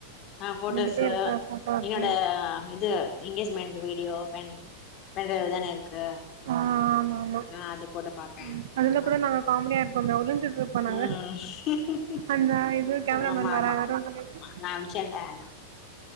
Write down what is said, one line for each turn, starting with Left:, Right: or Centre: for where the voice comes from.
Left: ஆஹ் போட்டோஸ்ஸு
Right: நம்மகிட்ட இருக்க போட்டோஸு
Left: என்னோட இது எங்கேஜ்மெண்ட் வீடியோ பெண் பெண்டிரைவ் தானே இருக் கு
Right: ஆ ஆமா ஆமா
Left: ஆஹ் அது போட்டு பாப்பேன்
Right: ம் அதுல
Left: அந்த மாதிரி
Right: கூட நாங்க <unintelligible> நாங்க
Left: உம் ஹ்ஹுஹு
Right: அந்த இது கேமராமேன்
Left: ஆமா
Right: வரா
Left: ஆமா
Right: வரோன்னு சொல்லிட்டு
Left: நா அம்ச்சேல்ல அதா